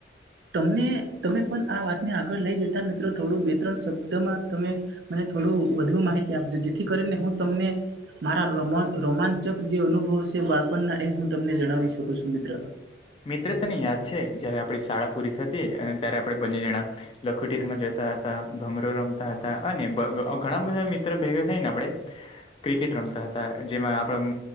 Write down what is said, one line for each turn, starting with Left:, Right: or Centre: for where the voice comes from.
Right: તમને તમે પણ આ વાતને આગળ લઈ જતા મિત્રો થોડું ત્રણ શબ્દમાં તમે મને થોડું વધુ માહિતી આપજો જેથી કરીને હું તમને મારા રોમાંચક જે અનુભવ છે બાળપણના એ હું તમને જણાવી શકું છું મિત્ર.
Left: મિત્ર તને યાદ છે જયારે આપણી શાળા પૂરી થતી અને ત્યારે આપણે બંને જણા લખોટી રમવા જતા હતા ભમરો રમતા હતા અને ઘણા બધા મિત્ર ભેગા થાય ને આપણે ક્રિકેટ રમતા હતા જેમાં આપણ